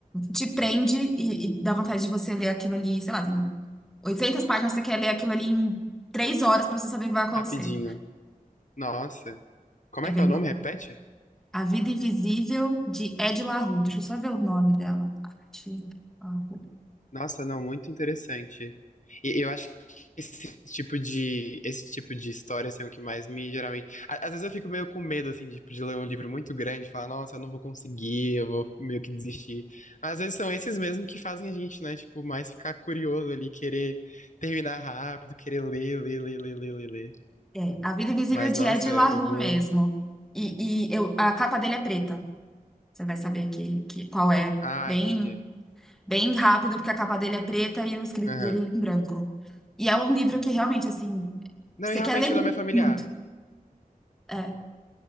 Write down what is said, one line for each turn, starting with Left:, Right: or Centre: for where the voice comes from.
Centre: te prende e, e dá vontade de você ler aquilo ali. Sei lá, tem 800 páginas, você quer ler aquilo ali em três horas para você saber o que vai acontecer.
Left: Rapidinho. Nossa. Como
Centre: É
Left: é
Centre: bem
Left: que é o
Centre: bom.
Left: nome? Repete?
Centre: A Vida Invisível de Ed La Rue. Deixa eu só ver o nome dela. Ed La Rue.
Left: Nossa, não, muito interessante. E eu acho que esse tipo de, esse tipo de história assim, é o que mais me geralmente. a- Às vezes eu fico meio com medo assim de, de ler um livro muito grande, e falar, nossa, eu não vou conseguir, eu vou meio que desistir. Mas às vezes são esses mesmo que fazem a gente, né? Tipo, mais ficar curioso ali, querer terminar rápido, querer ler, ler, ler, ler, ler, ler, ler.
Centre: É, A Vida Invisível
Left: Mas
Centre: de
Left: nossa,
Centre: Ed
Left: eu
Centre: La Rue
Left: vou
Centre: mesmo. E, e eu, a capa dele é preta. Você vai saber que, que, qual é.
Left: Ah,
Centre: Bem
Left: entendi.
Centre: Bem rápido, porque a capa dele é preta e o escrito
Left: Aham.
Centre: dele é em branco. E é um livro que realmente, assim,
Left: Não,
Centre: você
Left: e realmente
Centre: quer ler
Left: o nome é familiar.
Centre: muito. É.